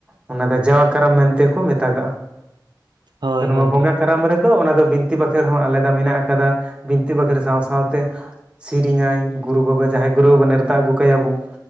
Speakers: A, on the right (about 15°); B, on the right (about 80°).
A: ᱚᱱᱟ ᱫᱚ ᱡᱟᱣᱟ ᱠᱟᱨᱟᱢ ᱢᱮᱱᱛᱮᱠᱚ ᱢᱮᱛᱟᱜᱟᱜᱼᱟ᱾
B: ᱦᱳᱭ
A: ᱛᱚ ᱱᱚᱣᱟ
B: ᱦᱳᱭ
A: ᱵᱚᱸᱜᱟ
B: ᱦᱳᱭ
A: ᱠᱟ ᱠᱟᱨᱟᱢ ᱨᱮᱫᱚ ᱚᱱᱟ ᱫᱚ ᱵᱤᱱᱛᱤ ᱵᱟᱸᱠᱷᱮᱲ ᱦᱚᱸ ᱟᱞᱟᱫᱟ ᱢᱮᱱᱟᱜ ᱠᱟᱫᱟ, ᱵᱤᱱᱛᱤ ᱵᱟᱸᱠᱷᱮᱬ ᱥᱟᱶ-ᱥᱟᱶᱛᱮ, ᱥᱮᱨᱮᱧᱟᱭ ᱜᱩᱨᱩ ᱵᱟᱵᱟ ᱡᱟᱦᱟᱸᱭ ᱜᱩᱨᱩ ᱵᱟᱵᱟ ᱱᱮᱨᱛᱟ ᱟᱹᱜᱩ ᱠᱟᱭᱟ ᱵᱚᱱ